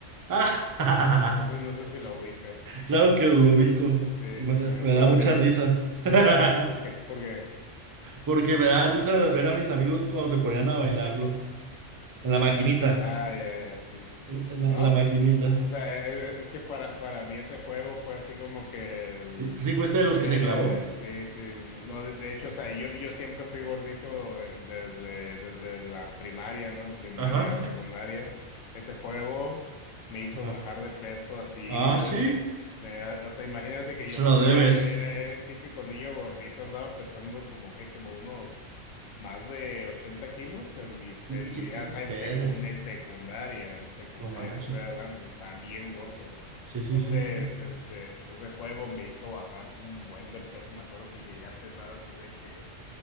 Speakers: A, on the right; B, on the left.
A: <laughs>
B: No sé, no sé, no sé si la ubicas.
A: Claro que lo ubico.
B: Sí,
A: Me,
B: sí, sí. Entonces,
A: me da mucha risa. <laughs>
B: ¿por por qué? ¿Por qué?
A: Porque me da risa ver a mis amigos cuando se ponían a bailarlo. En la maquinita.
B: Ah, ya, ya, sí.
A: En, en
B: ¿No?
A: la, en la maquinita.
B: O sea, e- e- es que para, para mí ese juego fue así como que el-
A: Sí, sí, fuiste de los
B: eh,
A: que se clavó.
B: sí, sí, no, no, de, de hecho, o sea, yo, yo siempre fui gordito en- desde, desde la primaria, ¿no? Primaria,
A: Ajá.
B: secundaria. Ese juego me hizo
A: Ajá.
B: bajar de peso así
A: Ah,
B: de,
A: sí.
B: de- de- o sea, imagínate que
A: Se
B: yo
A: lo
B: pues era,
A: debes.
B: era, era el típico niño gordito, andaba pesando como que, como unos más de 80 kilos en mis, en,
A: Sí,
B: mi- o
A: eh,
B: sea, en
A: ver,
B: secund- en secundaria, en secundaria
A: no manches.
B: te estoy hablando, o sea, estaba bien gordo.
A: Sí, sí,
B: Entonces,
A: sí, sí.
B: este, pues ese juego me hizo bajar un buen de peso. Me acuerdo que llegué a pesar así de que,